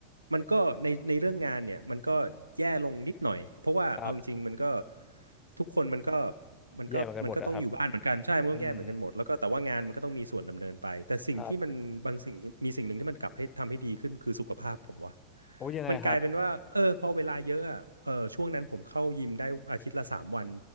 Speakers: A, on the right; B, on the left.
A: มันก็ในในเรื่องงานเนี่ยมันก็แย่ลงนิดหน่อยเพราะว่าเอาจริงๆมันก็
B: ครับ
A: ทุกคนมันก็มันก็มันก็ต้องอยู่บ้านเหมือนกันใช่มันต้องแย่เหมือนกันหมดแล้วก็แต่ว่างานมันก็ต้องมีส่วนดำเนินไปแต่สิ่งที่มันบางสิ่งที่มีสิ่งหนึ่งที่มันกลับให้ทำให้ดีขึ้นคือสุขภาพผมว่า
B: แย่เหมือนกันหมดอะครับอืมครับโอ้ยังไงครับ
A: มันกลายเป็นว่าเออพอเวลาเยอะอะเออช่วงนั้นผมเข้ายิมได้อาทิตย์ละสามวัน